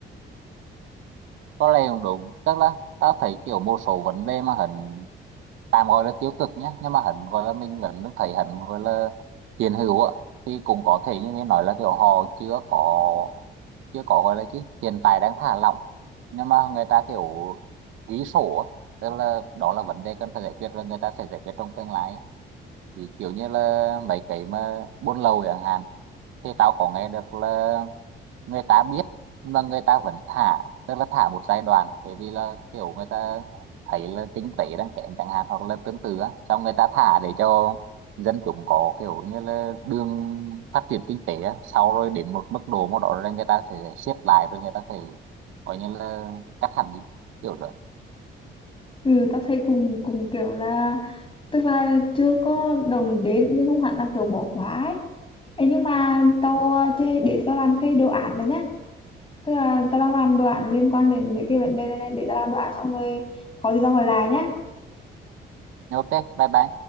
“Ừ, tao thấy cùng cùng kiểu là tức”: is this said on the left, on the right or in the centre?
Left